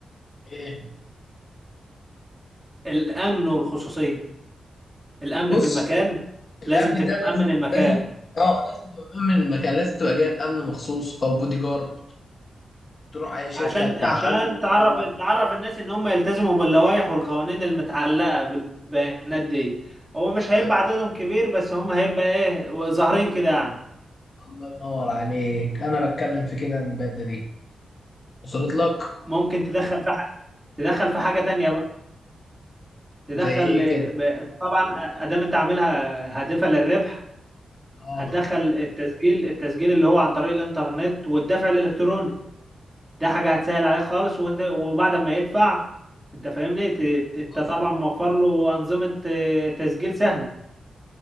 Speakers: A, on the left; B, on the right.
A: ايه
B: الامن والخصوصية الامن
A: بص
B: في المكان
A: الامن
B: لازم تبقى
A: ده لازم
B: مأمن المكان
A: لازم اه لازم تبقى مأمن المكان لازم تبقى جايب امن مخصوص او بودي جارد تروح اي شركه
B: عشان
A: بتاع
B: عشان
A: امن والكلام
B: تعرف
A: ده
B: تعرف الناس ان هم يلتزموا باللوائح والقوانين المتعلقه بالبيانات دي هو مش
A: الله
B: هيبقى عددهم كبير بس هم هيبقى ايه ظاهرين كده يعني
A: الله ينور عليك انا بتكلم في كده من بدري وصلت لك
B: ممكن تدخل في ح- تدخل في حاجه تانية بقى تدخل
A: زي ايه كده
B: ب... أنت طبعا ادام انت عاملها هادفه للربح
A: اه
B: هتدخل التسجيل التسجيل اللي هو عن طريق الانترنت والدفع الالكتروني ده حاجه هتسهل عليك خالص وت... وبعد ما يدفع انت فاهمني ت... ت- انت
A: بص
B: طبعا موفر له انظمه آه، تسجيل سهله